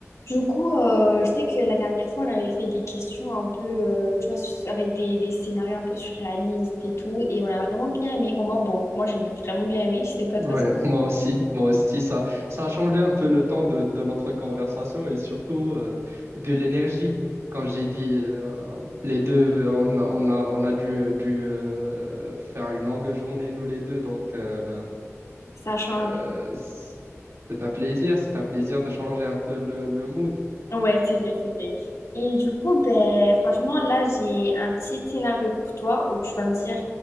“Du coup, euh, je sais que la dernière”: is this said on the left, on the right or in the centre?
Left